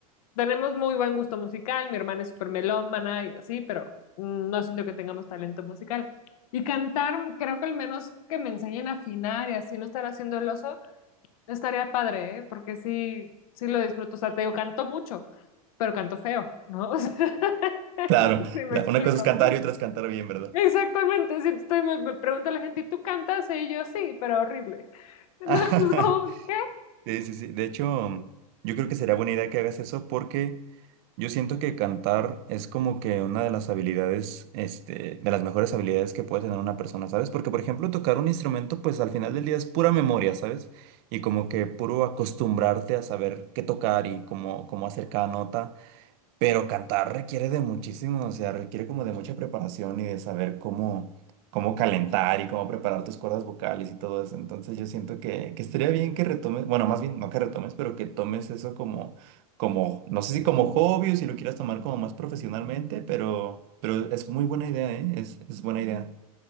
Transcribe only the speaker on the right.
Claro.
La-
una cosa es cantar y otra es cantar bien, ¿verdad?
<laughs>
Sí, sí, sí. De hecho, yo creo que sería buena idea que hagas eso porque yo siento que cantar es como que una de las habilidades, este, de las mejores habilidades que puede tener una persona, ¿sabes? Porque, por ejemplo, tocar un instrumento, pues al final del día es pura memoria, ¿sabes? Y como que puro acostumbrarte a saber qué tocar y cómo, cómo hacer cada nota. Pero cantar requiere de muchísimo, o sea, requiere como de mucha preparación y de saber cómo, cómo calentar y cómo preparar tus cuerdas vocales y todo eso. Entonces yo siento que, que estaría bien que retomes, bueno, más bien no que retomes, pero que tomes eso como, como, no sé si como hobby o si lo quieras tomar como más profesionalmente, pero, pero es muy buena idea, ¿eh? Es, es buena idea.